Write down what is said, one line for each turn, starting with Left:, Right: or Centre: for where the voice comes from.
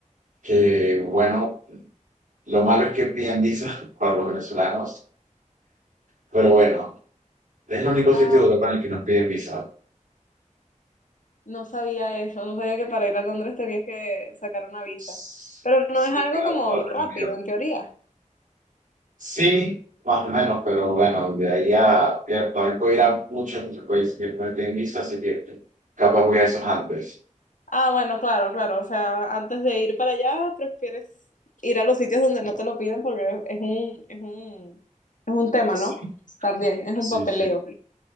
Right: que bueno, Lo malo es que piden visa <laughs> para los venezolanos, pero bueno, es el único
Left: Ah,
Right: sitio de Europa en el que nos piden visa.
Left: no sabía eso, no sabía que para ir a Londres tenías que sacar una visa.
Right: Sí,
Left: Pero no es algo
Right: para
Left: como
Right: todo el Reino
Left: rápido,
Right: Unido.
Left: en teoría.
Right: Sí, más o menos, pero bueno, de ahí a... ya, También puedo ir a muchos otros países que no me piden visa, así que capaz voy a esos antes.
Left: Ah, bueno, claro, claro. O sea, antes de ir para allá, prefieres ir a los sitios donde no te lo piden porque es un, es un, es un tema,
Right: Sí,
Left: ¿no? También, es
Right: sí,
Left: un papeleo.
Right: sí.